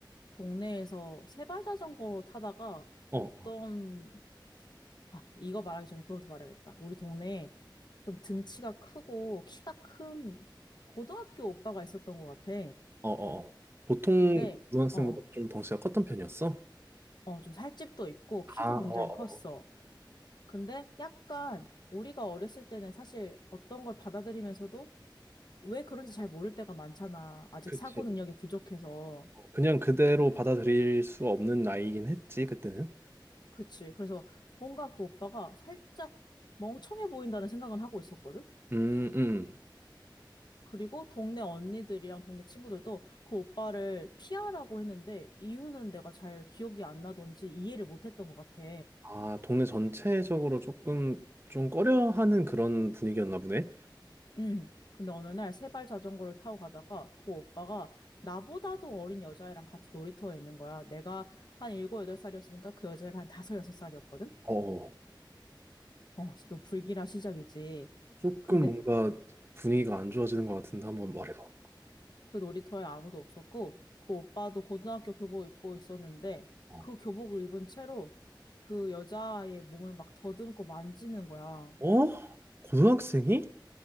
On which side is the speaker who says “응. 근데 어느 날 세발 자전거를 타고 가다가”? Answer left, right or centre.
Left